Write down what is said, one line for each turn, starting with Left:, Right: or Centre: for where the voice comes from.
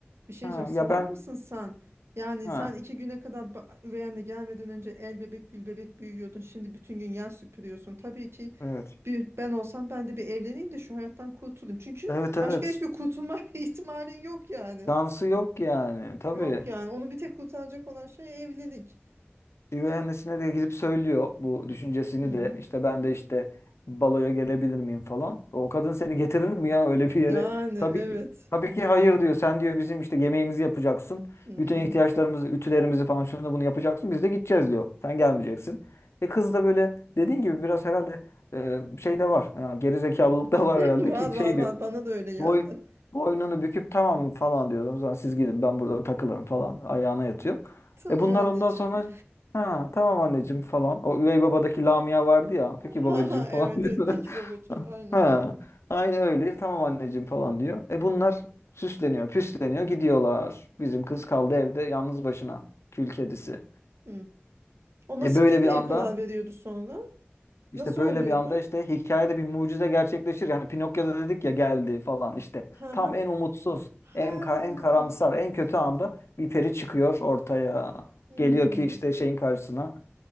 Right: bir şey
Left: ha,
Right: diyeceğim. Salak
Left: ya ben
Right: mısın sen? Yani
Left: ha
Right: sen iki güne kadar ba- üvey anne gelmeden önce el bebek gül bebek büyüyordun. Şimdi bütün gün yer süpürüyorsun. Tabii ki
Left: evet.
Right: bir, ben olsam ben de bir evleneyim de şu hayattan kurtulayım. Çünkü
Left: Evet evet.
Right: başka hiçbir kurtulma <laughs> ihtimalin yok yani.
Left: Dansı yok yani. Tabii.
Right: Yok yani onu bir tek kurtaracak olan şey evlilik.
Left: üvey annesine de gidip söylüyor bu düşüncesini
Right: Hmm.
Left: de. İşte ben de işte baloya gelebilir miyim falan. O kadın seni getirir mi ya öyle bir
Right: Yani
Left: yere? Tabii
Right: evet.
Left: ki. Tabii ki hayır diyor. Sen diyor bizim işte yemeğimizi yapacaksın.
Right: Hmm.
Left: Bütün ihtiyaçlarımızı, ütülerimizi falan şunu da bunu yapacaksın. Biz de gideceğiz diyor. Sen gelmeyeceksin. E kız da böyle dediğin gibi biraz herhalde e, şey de var. Ha, geri da var
Right: <laughs>
Left: herhalde
Right: Var
Left: ki
Right: var
Left: şey
Right: var
Left: diyor.
Right: bana da öyle geldi.
Left: Boy, boynunu büküp tamam falan diyordum. O zaman siz gidin ben burada takılırım falan. Ayağına yatıyor.
Right: Tamam
Left: E bunlar
Right: anneciğim.
Left: ondan sonra ha tamam anneciğim falan. O üvey babadaki Lamia vardı ya.
Right: <laughs>
Left: Peki
Right: Ha
Left: babacığım
Right: ha
Left: falan.
Right: evet
Left: <laughs> diyor.
Right: evet peki babacığım aynen.
Left: Ha aynı öyle tamam anneciğim falan diyor. E bunlar süsleniyor püsleniyor gidiyorlar. Bizim kız kaldı evde yalnız başına. Kül kedisi.
Right: Hmm. O nasıl
Left: E böyle
Right: gitmeye
Left: bir anda
Right: karar veriyordu sonra?
Left: İşte
Right: Nasıl
Left: böyle
Right: oluyordu?
Left: bir anda işte hikayede bir mucize gerçekleşir. Yani Pinokyo'da dedik ya geldi falan işte.
Right: Ha
Left: Tam
Right: ha.
Left: en umutsuz,
Right: Ha.
Left: en, ka- en karamsar, en kötü anda bir peri çıkıyor ortaya.
Right: Hmm.
Left: Geliyor ki işte şeyin karşısına